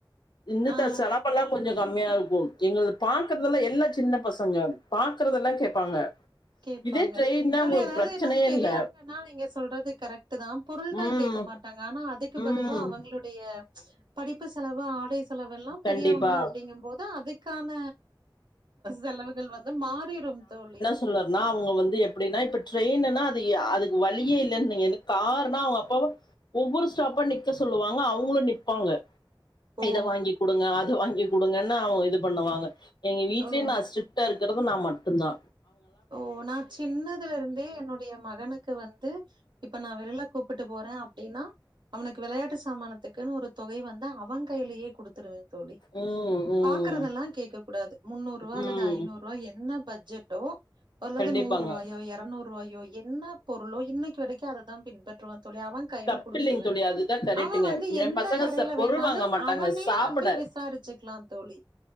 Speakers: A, on the left (about 65°); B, on the right (about 70°).
A: இந்து
B: ஆ.
A: தா செலாப்பல்லாம் கொஞ்சோ கம்மியா இருக்கும் எங்களது பாக்கறதெல்லா எல்லா சின்ன பசங்க பாக்குறதெல்லா கேப்பாங்க
B: கேப்பாங்க
A: இதே ட்ரெயின்னா
B: தோழி
A: உங்களுக்கு
B: அதாவது
A: பிரச்சனையே
B: என்ன பெரியவங்கன்னா
A: இல்ல
B: நீங்க சொல்றது கரெக்ட் ட்டுதா பொருள்கள்
A: ம்
B: கேக்க மாட்டாங்க ஆனா அதுக்கு
A: ம்
B: பதுவா அவுங்களோட படிப்பு செலவு ஆடை செலவு எல்லாம்
A: கண்டிப்பா
B: பெரியவுங்க அப்படிங்கும்போது அதுக் க்கான செலவுகள் வந்து மாறிடும் தோழி
A: சொல்லனா அவுங்க வந்து எப்படின்னா இப்ப ட்ரெயின்னுனா அது அதுக்கு வழியே இல்ல நீங்க காருனா அவுங்க அப்ப ஒவ்வொரு ஸ்டாப்பா நிக்க சொல்லுவாங்க அவுங்களும் நிப்பாங்க
B: ஓ
A: இத வாங்கி குடுங்க அத வாங்கி குடுங்கன்னு அவுங்க இது பண்ணுவாங்க எங்க வீட்லயே
B: ஓ
A: நா ஸ்ட்ரி ட்டா இருக்குறது நா மட்டும்தா
B: ஓ நா சின்னதுல இருந்தே என்னுடைய மகனுக்கு வந்து இப்ப நா விரல கூப்பிட்டு போறே அப்படின்னா அவனுக்கு விளையாட்டு சாமானத்துக்குன்னு ஒரு தொகை வந்து அவன் கையிலயே குடுத்துருவேன் தோழி
A: ம் ம்
B: பாக்குறதெல்லா கேக்க கூடாது முன்னூறு ரூபா அல்லது
A: ம்
B: ஐநூறு ரூபா என்ன பட்ஜெட்டோ அல்லது
A: கண்டிப்பாங்க
B: நூறு ரூபாயோ இரநூறு ரூவாயோ என்ன பொருளோ இன்னைக்கு வரைக்கும் அதைதா பின்பற்றுவந் தோழி அவன் கையில
A: தப்பில்லைங்க
B: குடுத்துருவேன்
A: தோழி அதுதா கரெக்ட்டுங்க
B: அவன் வந்து
A: எ
B: எந்த
A: பசங்க
B: கடையில
A: ச பொருள்
B: வேணாலும்
A: வாங்க மாட்டாங்க
B: அவனே
A: சாப்புட
B: வந்து விசாரிச் ச்சுக்கலா தோழி